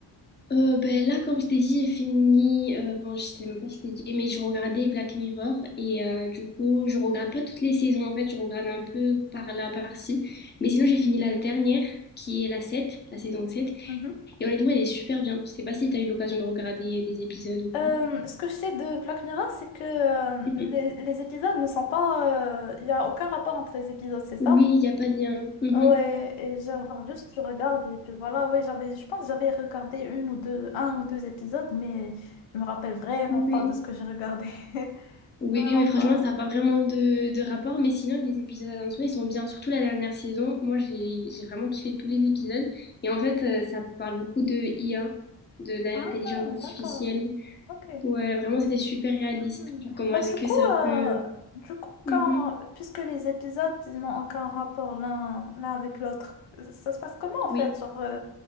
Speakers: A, on the left (about 25°); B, on the left (about 80°).
A: Euh, ben là, comme je t'ai dit, j'ai fini. euh, bon, je sais même pas si je t'ai dit, mais je regardais Black Mirror et euh, du coup, je regarde pas toutes les saisons en fait, je regarde un peu par là, par-ci. Mais sinon, j'ai fini la dernière qui est la sept la saison sept
B: Mhm.
A: Et honnêtement, elle est super bien. Je sais pas si t'as eu l'occasion de regarder des épisodes ou pas.
B: Euh, ce que je sais de Black Mirror, c'est que euh,
A: Mhm.
B: les, les épisodes ne sont pas... Il n'y a aucun rapport entre les épisodes, c'est ça?
A: Oui, il n'y a pas de lien. Mhm.
B: Ouais, et j'ai- genre juste tu regardes et puis voilà, ouais, j'avais, je pense que j'avais regardé une ou deux, un ou deux épisodes, mais je me rappelle vraiment
A: Oui.
B: pas de ce que j'ai regardé. <laughs>
A: Oui,
B: Vraiment
A: mais franchement,
B: pas.
A: ça n'a pas vraiment de, de rapport. Mais sinon, les épisodes en soi, ils sont bien. Surtout la dernière saison. Moi, j'ai, j'ai vraiment kiffé tous les épisodes. Et en fait, euh, ça parle beaucoup de IA, de l'intelligence
B: Ah,
A: artificielle.
B: d'accord. Ok.
A: Ouais, vraiment, c'est super réaliste.
B: Mhm.
A: Genre, comment
B: Bah
A: est-ce
B: du
A: que
B: coup,
A: ça peut...
B: euh, du coup, quand,
A: Mhm.
B: puisque les épisodes, ils n'ont aucun rapport l'un l'un avec l'autre, ça se passe comment en fait?
A: Oui,
B: Genre, euh,